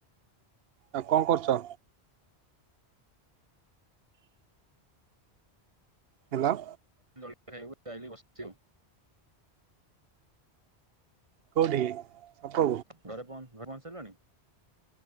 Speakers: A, on the right; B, on the right.
A: ଆ କଣ କରୁଛ? ହେଲୋ।
B: <unintelligible> ଯାଇନି ବସିଛି ଆଉ।
A: କୋଉଠି? ଛକକୁ
B: ଘରେ ପହଞ୍ଚ ଘରେ ପହଞ୍ଚି ସାରିଲଣି?